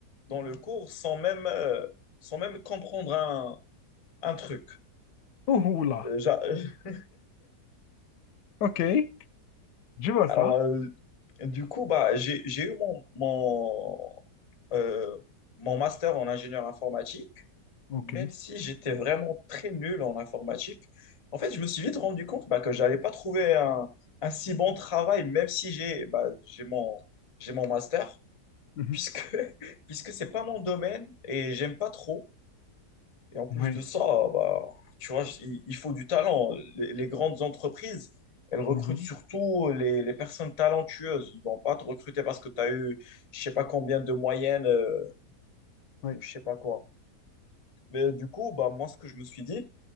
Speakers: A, on the left (about 30°); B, on the left (about 80°).
A: dans le cours sans même, euh, sans même comprendre un un truc.
B: oh, oh, oh là.
A: Euh, j'a- <laughs>
B: OK. Je vois
A: Alors,
B: ça.
A: euh, du coup, bah, j'ai, j'ai eu mon, mon, euh, mon master en ingénieur informatique,
B: OK.
A: même si j'étais vraiment très nul en informatique. En fait, je me suis vite rendu compte bah, que je n'avais pas trouvé un, un si bon travail, même si j'ai bah, j'ai mon, j'ai mon master,
B: Mhm.
A: puisque, <laughs> puisque ce n'est pas mon domaine et j'aime pas trop. Et en plus
B: Oui.
A: de ça, bah, tu vois, il, il faut du talent. Les, les grandes entreprises, elles recrutent
B: Mhm,
A: surtout les, les personnes talentueuses. Ils vont pas te recruter parce que tu as eu je sais pas combien de moyenne euh,
B: oui.
A: ou je sais pas quoi. Mais du coup, bah, moi, ce que je me suis dit,